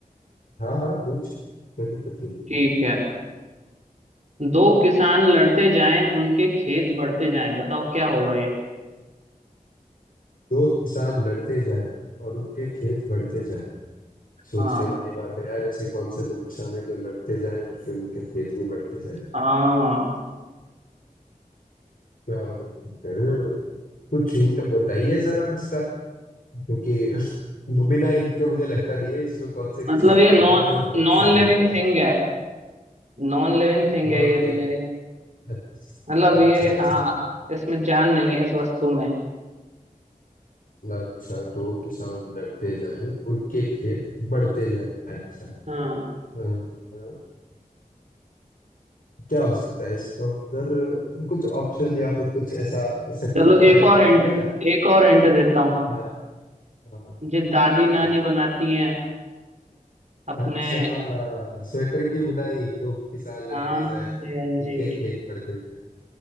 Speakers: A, on the left; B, on the right.
A: हाँ हाँ पूछ कोई दिक्कत नहीं है।
B: ठीक है दो किसान लड़ते जाएं उनके खेत बढ़ते जाएं बताओ क्या होगा ये
A: दो किसान लड़ते जाएं और उनके खेत बढ़ते जाएं सोचने
B: हाँ
A: वाली बात है यार ऐसे कौन से दो किसान हैं जो लड़ते जाएं और फिर उनके खेत भी बढ़ते जाएं
B: हाँ
A: क्या बोल सकते हैं? कुछ हिंट बताइए जरा इसका क्योंकि <laughs> बिना हिंट के मुझे लगता नहीं है इसमें कौन से किसान
B: मतलब ये
A: लड़
B: नॉन
A: रहे हैं और कौन
B: नॉन
A: से खेत
B: लिविंग
A: बढ़ रहे
B: थिंग
A: हैं
B: है नॉन लिविंग थिंग
A: Non
B: है ये
A: living
B: लिविंग
A: अच्छा
B: मतलब ये
A: अच्छा अच्छा
B: हाँ इसमें जान नहीं है इस वस्तु में
A: अच्छा दो किसान लड़ते जाएं उनके खेत बढ़ते जाएं अच्छा
B: हाँ
A: हाँ, हाँ। क्या हो सकता है इसका उत्तर कुछ ऑप्शन या फिर कुछ ऐसा सटीक
B: चलो
A: थोड़ा
B: एक
A: हिंट
B: और हिंट
A: मिलेगा
B: एक और हिंट देता हूँ
A: हाँ हाँ हाँ,
B: ये दादी नानी
A: जरूर
B: बनाती हैं अपने
A: अच्छा स्वेटर की बुनाई दो किसान लड़ते
B: हाँ
A: जाएं
B: जी हाँ जी
A: उनके खेत बढ़ते जाएं